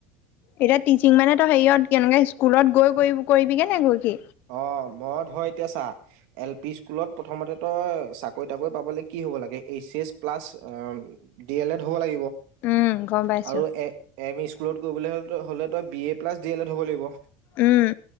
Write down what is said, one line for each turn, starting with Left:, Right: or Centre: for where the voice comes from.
Left: এতিয়া টিচিং মানে তই হেৰিয়ত কেনেকে স্কুলত গৈ গৈ কৰিবিগে নে গৈ কি
Right: অ মই ধৰ এতিয়া চা, এল পি স্কুলত প্ৰথমতে তই চাকৰি তাকৰি পাবলৈ কি হ'ব লাগে? H S plus D L Ed হ'ব লাগিব।
Left: উম গম পাইছো
Right: আৰু এ এম ই স্কুল অ আপলোড কৰিবলে হ'লে, হ'লে তই, B A plus D L Ed হ'ব লাগিব।
Left: উম